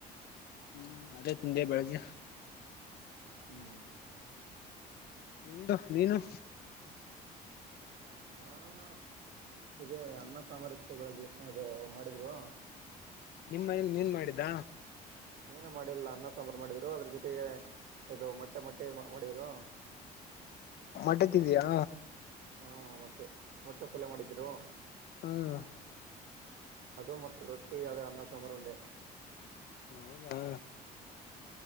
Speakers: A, on the left; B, on the right.
A: ಹ್ಮ್ ಅದೇ ತಿಂದೆ ಬೆಳಗ್ಗೆ.
B: ಹ್ಮ್.
A: ನಿಂದು ನೀನು.
B: ನಾನುನ ಇದೇ ಅನ್ನ ಸಾಂಬಾರ್ ಇರ್ತದ ಅಲ್ಲಿ ಅದು ಮಾಡಿದ್ರು.
A: ನಿಮ್ಮ ಐಲ್ಲಿ ನೀನ್ ಮಾಡಿದ.
B: ಏನು ಮಾಡಿಲ್ಲ ಅನ್ನ ಸಾಂಬಾರು ಮಾಡಿದ್ರು ಅದ್ರ ಜೊತೆಗೆ, ಇದು ಮೊಟ್ಟೆ ಮೊಟ್ಟೆ ಮಾಡಿದ್ರು,
A: ಮಟ್ಟೆ ತಿದ್ದಯಾ.
B: ಹಾ ಮಟ್ಟೆ ಮೊಟ್ಟೆ ಪಲ್ಯ ಮಾಡಿದ್ರು.
A: ಹ್ಮ್.
B: ಅದು ಮತ್ತು ರೊಟ್ಟಿ ಅದೆ ಅನ್ನ ಸಾಂಬಾರ್ ಉಂಡೆ.
A: ಹೌದಾ.